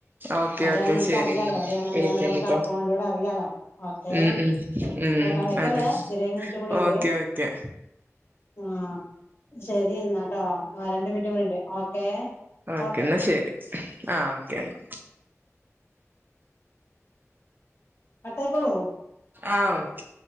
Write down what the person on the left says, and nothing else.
എവിടൊണ്
നമുക്ക്
അറിയാലോ
എവിടെയാണ് എന്താന്നൊക്കെ
നമുക്ക് ആ ഫോണിലൂടെ അറിയാലോ ഓക്കേ
കേക്കാം വയ്ക്കല്ലേ
ഇനി ഒര് ഏഴ് മിനിറ്റ് കൂടി ഇണ്ട്
ആഹ് ശെരി ഇന്നാട്ടോ ആ രണ്ട് മിനിറ്റ് കൂടിണ്ട് ഓക്കേ
ഓക്കെ
കട്ടായിക്കോളൂ